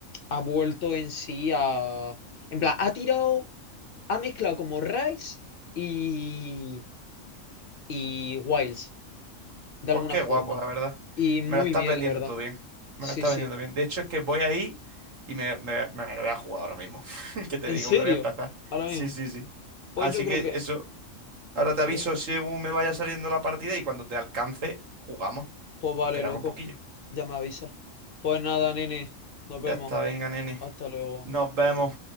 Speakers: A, on the left; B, on the right.
A: ha vuelto en sí a... En plan, ha tirado, ha mezclado como Rise y, y Wilds, de
B: Pues
A: alguna
B: qué
A: forma.
B: guapo, la verdad.
A: Y muy
B: Me lo estás
A: bien,
B: vendiendo
A: la verdad.
B: todo bien. Me
A: Sí,
B: lo estás
A: sí.
B: vendiendo bien. De hecho, es que voy ahí y me, me, me lo voy a jugar ahora mismo. <laughs> ¿Qué te
A: ¿En
B: digo?
A: serio?
B: Me lo voy a empezar.
A: Ahora
B: Sí,
A: mismo.
B: sí, sí.
A: Pues
B: Así
A: yo creo
B: que
A: que
B: eso. Ahora
A: Pues
B: te aviso
A: ya,
B: según me vaya saliendo la partida y cuando te alcance, jugamos.
A: pues vale,
B: Espérame
A: loco.
B: un poquillo.
A: Ya me avisa. Pues nada, nene. Nos
B: Ya
A: vemos.
B: está, venga, nene.
A: Hasta luego.
B: Nos vemos.